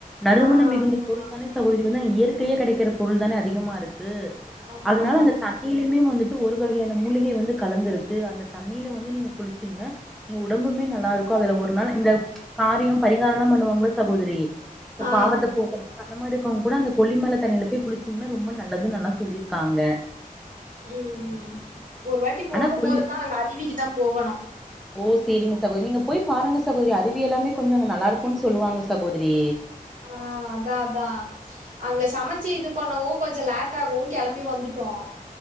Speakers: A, in the centre; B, on the right.
A: நறுமணம்
B: ஆ
A: மிகுந்தப்
B: ஆமா
A: பொருள்தானே சகோதரி வந்து அங்க இயற்கையே கெடைக்கிறப் பொருள்தானே அதிகமாருக் கு
B: ஆமா
A: அதனால அந்தத் தண் ணிலியுமே வந்துட்டு ஒரு வகையான மூலிகை வந்து கலந்துருக்கு அந்தத் தண்ணில வந்து நீங்க குளிச்சிங்னா உங்க உடம்புமே நல்லாருக்கு அதுல ஒரு நாள் இந்த காரியம் பரிகாரல்லாம் பண்ணுவாங்ளே சகோதரி இதப்
B: ஆ
A: பாவத்தப் போக்கறக் சந்த மாரி இருக்கவுங் கூட அந்தக் கொல்லிமலத் தண்ணில போய் குளிச்சிங்னா ரொம்ப நல்லதுன்னல்லா சொல்லிருக்காங்க
B: ம் ஒரு வாட்டி போகும்போதுதா
A: ஆனா கொல்லி
B: அங்க அருவிகிதாம் போகணு
A: ஓ சேரிங்க சகோதரி நீங்கப் போய்ப் பாருங்க சகோதரி அருவி எல்லாமே கொஞ்ச அங்க நல்லாருக்குன் சொல்லுவாங்க சகோதிரி
B: ஆ அதா அதா அங்க சமச்சி இதுப் பண்ணவு கொஞ்சோ லேட்டாகவு கெளம்பி வந்துட்டோ